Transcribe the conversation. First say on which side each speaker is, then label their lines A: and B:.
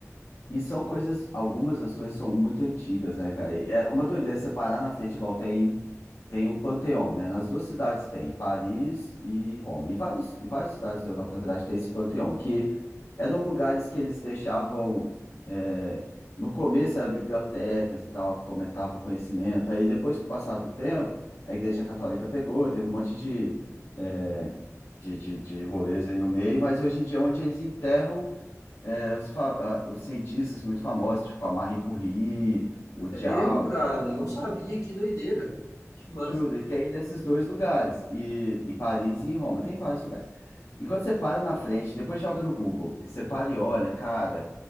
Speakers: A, on the left; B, on the left.
A: E são coisas, algumas das coisas são muito antigas, né, cara? E É uma doideira você parar na frente, igual tem, tem um panteão, né? Nas duas cidades tem, em Paris e em Roma. E vários, em várias cidades da Europa, na verdade, tem esse panteão, que eram lugares que eles deixavam. é, no começo eram bibliotecas e tal, que fomentavam o conhecimento. Aí depois, com o passar do tempo, a Igreja Católica pegou, teve um monte de, eh, de, de, de rolês aí no meio, mas hoje em dia é onde eles enterram é, os, fa- ah, os cientistas muito famosos, tipo a Marie Curie, o
B: É
A: Joule.
B: mesmo, cara, não sabia, que doideira. Que massa.
A: Juro, e tem nesses dois lugares, e em Paris e em Roma, tem vários lugares. E quando você para na frente, depois joga no Google, você para e olha, cara,